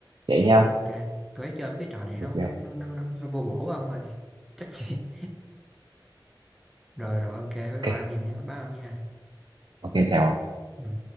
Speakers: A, on the right (about 70°); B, in the centre.
A: vậy
B: Ừ,
A: nhau
B: ok tôi thấy chơi với cái trò này
A: ok
B: nó nó nó nó, nó, nó vô bổ ông ơi <laughs> chắc vậy rồi rồi ok bye bye
A: ok
B: ông nhiều nha bye bye ông nha
A: ok chào
B: ừ.